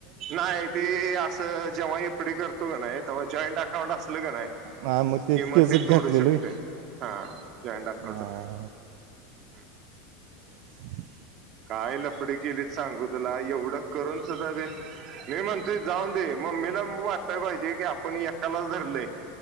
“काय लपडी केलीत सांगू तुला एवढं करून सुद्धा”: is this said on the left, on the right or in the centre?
Right